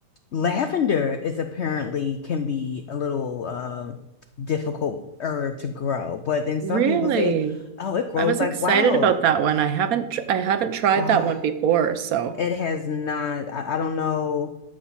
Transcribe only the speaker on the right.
Really?
I was
excited
about that one. I haven't tr I haven't tried
that one before, so.